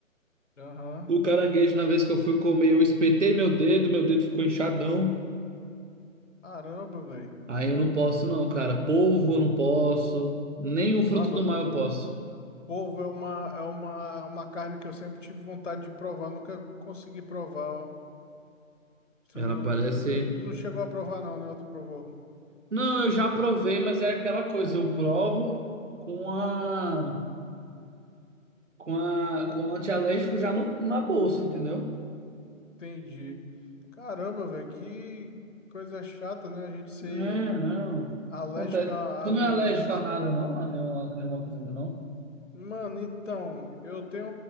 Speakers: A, on the left (about 65°); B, on the right (about 60°).
A: Aham.
B: O caranguejo, na vez que eu fui comer, eu espetei meu dedo, meu dedo ficou inchadão.
A: Caramba, velho.
B: Aí eu não posso não, cara. Polvo eu não posso. Nem o fruto
A: Mano,
B: do mar eu posso.
A: polvo é uma, é uma, uma carne que eu sempre tive vontade de provar, nunca consegui provar, ó. Tu,
B: Ela parece.
A: tu, tu, tu não chegou a provar, não, né? Tu provou.
B: Não, eu já provei, mas é aquela coisa. Eu provo com a. Com a. Com o antialérgico já no- na bolsa, entendeu?
A: Entendi. Caramba, velho, que coisa chata, né? A gente ser
B: É, não.
A: Alérgico
B: Acontece.
A: a
B: Tu
A: alimento.
B: não é alérgico a nada, não? A nenhuma, nenhuma comida, não?
A: Mano, então, eu tenho.